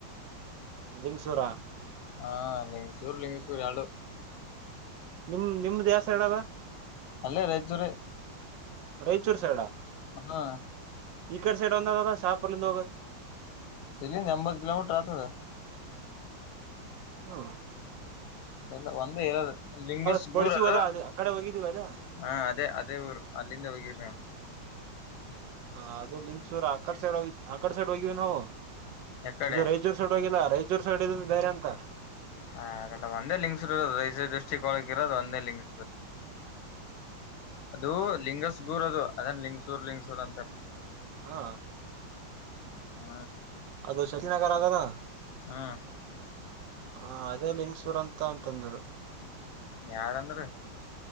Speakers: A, on the right; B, on the left.
A: ಅದಿಂಗಸೂರ.
B: ಹಾ ಲಿಂಗಸೂರ್ ಲಿಂಗಸೂರ್ ಎರಡು.
A: ನಿಮ್ ನಿಮ ಯಾವ ಸೈಡ್.
B: ಅಲ್ಲೇ ರಾಯಚೂರ
A: ರಾಯಚೂರ್ ಸೈಡ್
B: ಹಾ
A: ಈ ಕಡೆ ಸೈಡ್ ಒಂದದ ಶಾಪುರು ನಿಂದ ಹೋಗದು
B: ಇಲ್ಲಿಂದ ಅಂಬತ್ತು ಕಿಲೋಮೀಟರ್ ಆತ.
A: ಹಾ
B: ಸಲ್ಲ ಒಂದೇ ಇರದು ಲಿಂಗಸ್
A: ಸ್ಪೋರ್ಟ್ಸಿಗೆ
B: ಗೂರ್ ಅದು.
A: ಹೋದ ಅ ಆ ಕಡೆ ಹೋಗಿದ್ವಿ ಅದ
B: ಹಾ ಅದೇ ಅದೇ ಊರು ಅಲ್ಲಿಂದ ಹೋಗಿರಿ ನವು.
A: ಹ ಅದು ಲಿಂಕ್ ಸೂರ ಆಕಡೆ ಸೈಡ ಆ ಕಡೆ ಸೈಡ್ ಹೋಗಿವವಿ ನಾವು
B: ಯಾಕಡೆ
A: ಇದು ರಾಯಚೂರ್ ಸೈಡ್ ಹೋಗಿಲ್ಲ ರಾಯಚೂರ್ ಸೈಡ್ ಇದ ಬೇರೆ ಅಂತ.
B: ಹಾ ಅದೆಲ್ಲ ಒಂದೇ ಲಿಂಗ್ಸೂರ್ ಇರೋದು ರೈಸೂರು ಡಿಸ್ಟ್ರಿಕ್ ಒಳಗ ಇರೋದು ಒಂದೇ ಲಿಂಗ್ಸೂರ್. ಅದು ಲಿಂಗಸ್ಗೂರ್ ಅದು ಅದನ್ ಲಿಂಗಸೂರ್ ಲಿಂಗಸೂರ್ ಅಂತಾರೆ.
A: ಹಾ
B: ಹ್ಮ
A: ಅದು ಶತಿನಗರ ಅದದಾ.
B: ಹ್ಮ
A: ಹ ಅದೇ ಲಿಂಗ್ಸೂರ್ ಅಂತ ಅಂತಂದರು.
B: ಯಾರ ಅಂದ್ರು